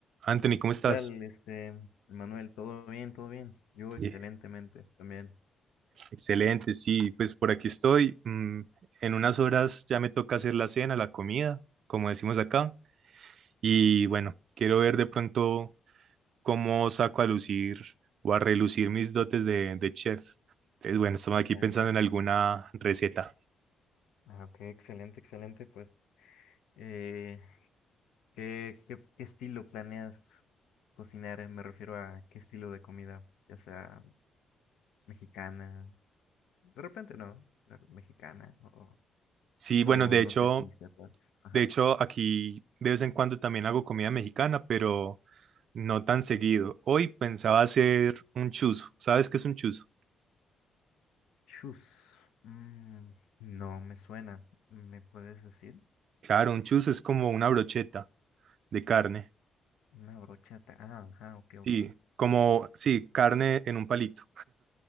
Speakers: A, on the right; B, on the left.
A: Anthony, ¿cómo estás?
B: tal, este, Manuel? ¿Todo bien? ¿Todo bien? Yo
A: Bien.
B: excelentemente también.
A: Excelente, sí, pues por aquí estoy. mm, en unas horas ya me toca hacer la cena, la comida, como decimos acá. Y bueno, quiero ver de pronto cómo saco a lucir o a relucir mis dotes de, de chef. Entonces, bueno, estamos aquí
B: Ah,
A: pensando
B: ya.
A: en alguna receta.
B: Ah, ok, excelente, excelente. Pues, eh, ¿qué, qué, qué estilo planeas cocinar? Eh, Me refiero a qué estilo de comida, ya sea mexicana, de repente no, me- mexicana, o,
A: Sí,
B: o
A: bueno, de
B: no
A: hecho,
B: sé si sepas. Ajá.
A: de hecho, aquí de vez en cuando también hago comida mexicana, pero no tan seguido. Hoy pensaba hacer un chuzo. ¿Sabes qué es un chuzo?
B: Chus. Mm, no me suena. ¿Me puedes decir?
A: Claro, un chuzo es como una brocheta. de carne,
B: Una brochata. Ah, ajá, ok,
A: sí,
B: ok.
A: como, sí, carne en un palito,